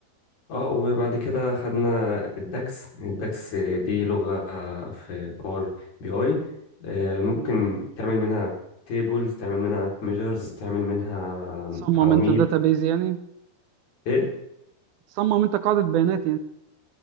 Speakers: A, on the left; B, on the right.
A: اه وبعد كده خدنا الداكس الداكس دي لغة في باور بي اي آه، ممكن
B: مم.
A: تعمل منها تيبلز تعمل منها ميجرز تعمل منها
B: تصمم
A: عواميد
B: انت داتابيز يعني
A: ايه
B: تصمم انت قاعدة بيانات